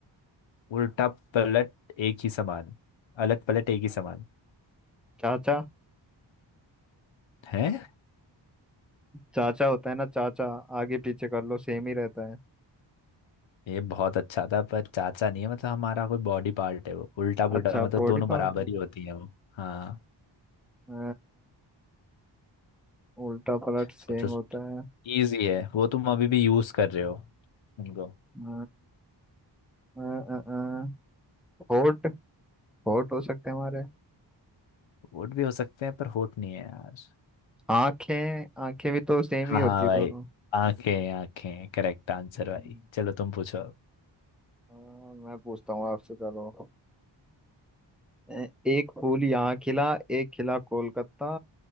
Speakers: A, on the left; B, in the centre.
A: उल्टा पलट एक ही समान अलट पलट एक ही समान
B: चाचा
A: है
B: चाचा होता है ना चाचा आगे पीछे कर लो सेम ही रहता है
A: ये बहुत अच्छा था पर चाचा नहीं है मतलब हमारा कोई बॉडी पार्ट है वो उल्टा पुल्टा
B: अच्छा
A: मतलब
B: बॉडी
A: दोनों
B: पार्ट
A: बराबर
B: है
A: ही होती है वो हाँ
B: अ, उल्टा पलट
A: सोचो
B: सेम
A: सोचो
B: होता है
A: इजी है वो तुम अभी भी यूज कर रहे हो उनको
B: अ, अ, अ, अ, होठ होठ हो सकते हैं हमारे
A: वोट भी हो सकते हैं पर होट नहीं है यार
B: आंखें आंखें भी तो सेम
A: हाँ
B: ही होती
A: हाँ
B: है
A: भाई
B: दोनों
A: आंखें आंखें करेक्ट आंसर भाई
B: हम्म,
A: चलो तुम पूछो
B: अ, मैं पूछता हूँ आपसे चलो ए- एक फूल यहाँ खिला एक खिला कोलकाता